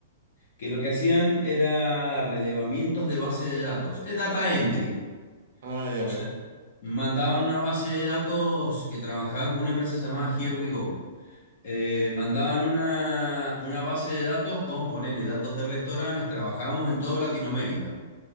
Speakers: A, on the left (about 45°); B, on the right (about 50°).
A: que lo que hacían era relevamientos de base de datos, es data entry.
B: Ah, ya
A: O
B: veo.
A: sea, mandaban una base de datos que trabajaban con una empresa llamada Here We Go. Eh, mandaban una, una base de datos con, ponele, datos de restaurantes, trabajamos en toda Latinoamérica.